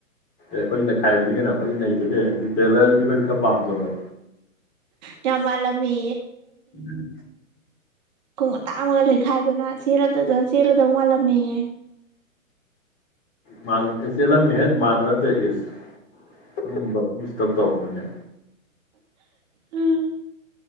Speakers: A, on the left; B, on the right.
A: ꯑꯦꯈꯣꯏ ꯅꯈꯥꯏꯕꯅꯤ ꯀꯩꯅꯣꯈꯣꯏꯗꯤ ꯂꯩꯩꯇꯦ ꯇꯦꯂꯔꯗꯤ ꯑꯩꯈꯣꯏ ꯈꯔ ꯄꯥꯝ ꯌꯕ
B: ꯀꯃꯂ ꯃꯤ
A: ꯎꯝ
B: ꯈꯣꯡ ꯑꯇꯥꯡ ꯑꯃꯒ ꯂꯩꯈꯥꯏꯗꯅ ꯆꯦꯜ ꯆꯦꯜꯂꯗꯧ ꯃꯥꯜꯂꯝꯃꯦꯑ
A: ꯃꯥꯆꯦꯂ ꯃꯦꯍꯠ ꯃꯥꯅ <inaudible> ꯈꯤꯇꯪ ꯇꯧꯔꯛꯄꯅꯅꯦ
B: ꯎꯝ